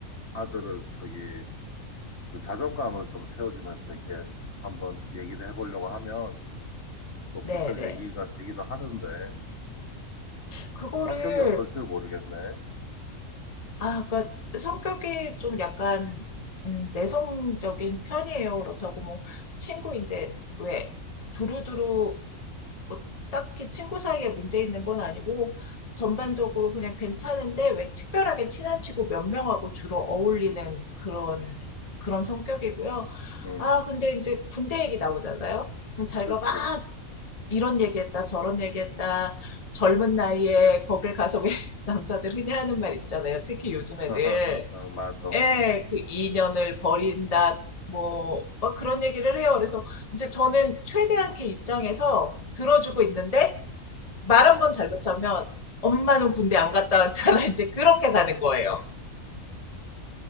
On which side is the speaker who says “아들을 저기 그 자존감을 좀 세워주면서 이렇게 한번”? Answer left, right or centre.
Left